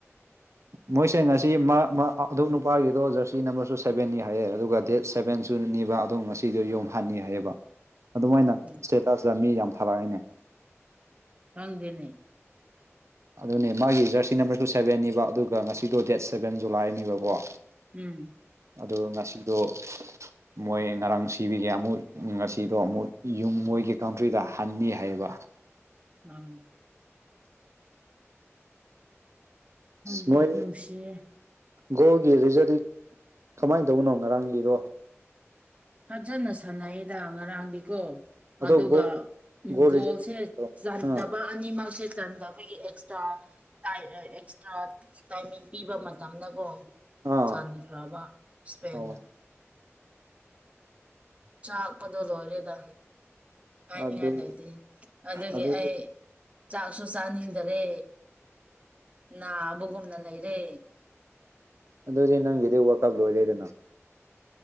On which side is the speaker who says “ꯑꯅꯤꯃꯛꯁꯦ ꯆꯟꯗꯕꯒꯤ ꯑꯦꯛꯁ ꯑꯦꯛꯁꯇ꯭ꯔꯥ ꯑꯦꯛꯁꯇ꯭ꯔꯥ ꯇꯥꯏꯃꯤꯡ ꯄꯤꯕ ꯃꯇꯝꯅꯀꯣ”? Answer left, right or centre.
Right